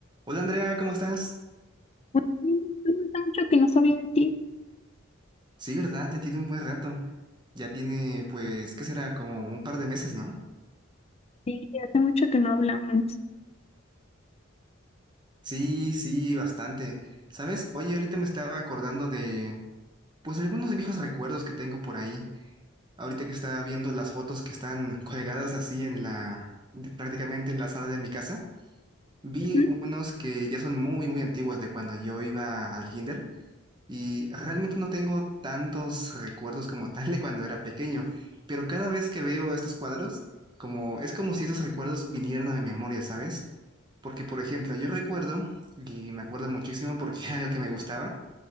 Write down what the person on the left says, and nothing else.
Muy bien, tú, Hace mucho que no sabía de ti.
Sí, hace mucho que no hablamos.
Ujú,